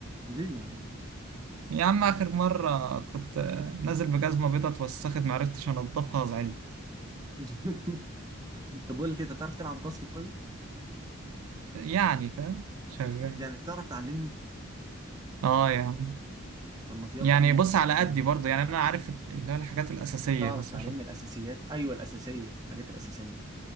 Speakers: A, on the right; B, on the right.
A: ليه يا عم؟
B: يا عم آخر مرة كنت نازل بجزمة بيضة اتوسخت معرفتش أنضفها وزعلت
A: <laughs> طب بقول لك إيه، أنت بتعرف تلعب باسكت طيب؟
B: يعني فاهم شغال
A: يعني تعرف تعلمني؟
B: اه يا عم
A: طب ما يلا
B: يعني
A: بينا
B: بص
A: كده
B: على
A: تعلمني
B: قدي برضه يعني أنا عارف اللي هو الحاجات الأساسية
A: تعرف
B: بس
A: تعلمني الأساسيات أيوه الأساسية الحاجات الأساسية